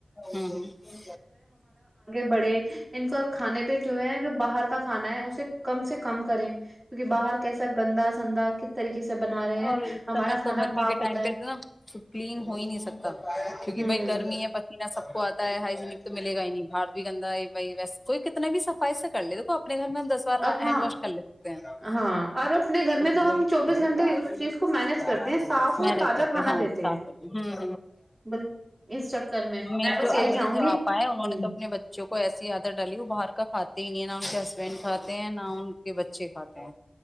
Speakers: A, on the left; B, on the right.
A: ہوں ہ
B: بڑے ان کا کھانے پہ جو ہے جو باہر کا کھانا ہے اسے کم سے کم کریں کیونکہ باہر کیسا گندا سندا طریقے سے بنا رہے ہیں
A: اور اس
B: ہمارا
A: سمے
B: کھانا
A: تو گرمی
B: پاک
A: کے
B: ہوتا
A: ٹائم
B: ہے
A: پہ نا کلین ہو ہی نہیں سکتا کیونکہ
B: ہوں
A: بائی گرمی ہے پ ینا سب کو آتا ہے ہائیجینک تو ملے گا ہی نہیں بار بھی کہندا ہے بائی ویس کوئی ک اپنا بھی صفائی س کر ل دیکھو اپنے گھر میں ہم دس بار
B: اب
A: ہینڈ
B: ہاں
A: واش کر لیتے ہیں نا
B: ہاں اور اپنے گھر
A: وہی
B: میں تو ہم چوبیس
A: محنت
B: گھنٹے اس چیز کو مینج کرتے ہیں صاف اور تازہ
A: کرتے
B: کھانا
A: ہاں
B: دیتے
A: ہ
B: ہیں
A: ہ
B: بل اس چکر میں
A: وہی
B: میں
A: تو
B: بس
A: جو ا
B: یہی چاہوں
A: جو
B: گی
A: آپا ہے انہوں نے
B: ہ
A: تو اپنے بچوں کو ایسی آدر ڈالی وہ باہر کا کھ تین یہ نہ ان کے ہسبینڈ کھاتے ہیں نہ ان کے بچے کھاتے ہیں